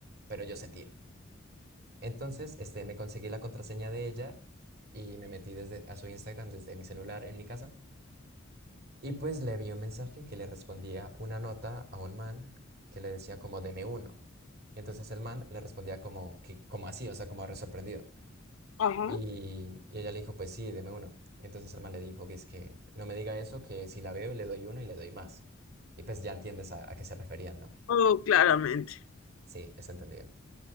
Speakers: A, on the right (about 50°); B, on the left (about 80°).
A: pero yo sentía. Entonces, este, me conseguí la contraseña de ella y me metí desde a su Instagram desde mi celular en mi casa Y pues le vi un mensaje que le respondía una nota a un man que le decía como deme uno. Entonces el man le respondía como que como así, o sea, como re sorprendido.
B: ajá.
A: Y, y ella le dijo, pues sí, deme uno. Y entonces el man le dijo que es que no me diga eso, que si la veo le doy uno y le doy más. Y pues ya entiendes a, a qué se referían, ¿no?
B: Oh, claramente.
A: Sí, es entendido.